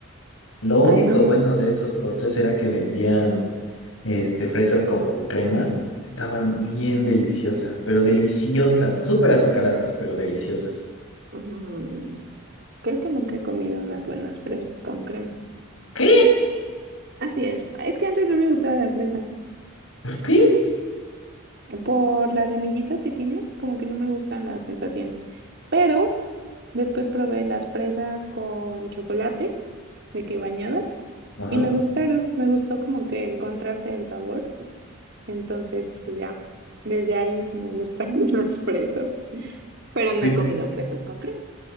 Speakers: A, on the left; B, on the right.
A: Lo único
B: Ay, no.
A: bueno de esos postres era que vendían este, fresas con crema. Estaban bien deliciosas, pero deliciosas, súper azucaradas, pero deliciosas.
B: Mm, creo que nunca he comido unas buenas fresas con crema.
A: ¿Qué?
B: Así es. Es que antes no me gustaba la fresa.
A: ¿Por qué?
B: Por las semillitas que tiene, como que no me gusta la sensación. Pero después probé las fresas con chocolate, de que bañadas,
A: Ajá.
B: y me gustaron. Me gustó como que el contraste del sabor. Entonces, pues ya, desde ahí me gustan <laughs> las fresas, pero no
A: Pero,
B: he comido fresas con crema,